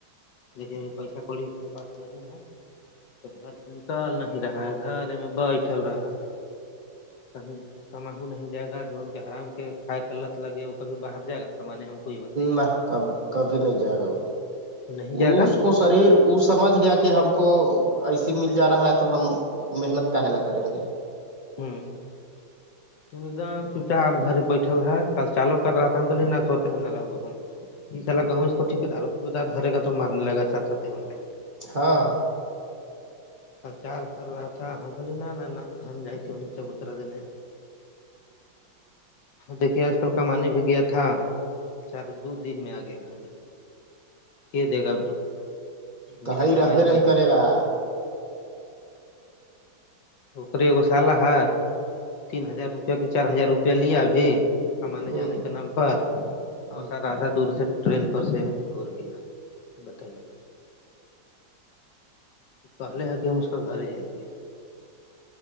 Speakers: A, on the left; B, on the right.
A: لیکن پیسہ کوڑی اس کے پاس نہیں ہے تو گھر سے نکال نہیں رہا ہاں گھر میں بھل رہا کہ کماوں نہیں جائے گا جو ان کے حرام کے کھائے کلت لگے وہ کبھی باہر جائے گا کمانے ہم کو ہی بتائیے
B: نہ کب کبھی نہیں جائے گا وہ
A: نہیں جائے گا
B: اس کو شریر وہ سمجھ گیا کہ ہم کو ایسے مل جا رہا ہے تو ہم محنت کا حلا کریں گے
A: ہوں ایک دم چوچا آپ گھر بیٹھل ہے کل چالو کر رہا تھا ہم گلے نہ توڑتے نہ رہ ہم ایسا لگا ہوں اس کوٹھیکے دار ادار گھرے گ توارنے لگا چچاتے ہم لگ
B: ہاں
A: پچال کر رہا تھا ہم کہے نہ ن ہم جائی تھےیں چبوترا دینے دیکھیے آج کل کمانیے بھی گیا تھا چار دو دن میں آ گیا گھر کہ دے گا
B: کہیں
A: بنا کمائل
B: رہبے نہیں
A: پیسہ
B: کرے گا
A: اکے ایگو سالہ ہے تین ہزار روپیہ کی چار ہزار روپیہ لیا ابھی ہمے
B: ہ
A: جانے کے نام پر اور
B: ہ
A: سا رھا دور سے ٹرین پر سے گور گیا بتائیے تو کہ لے ہے کہ ہم اس کا گھر ہی جائیں گے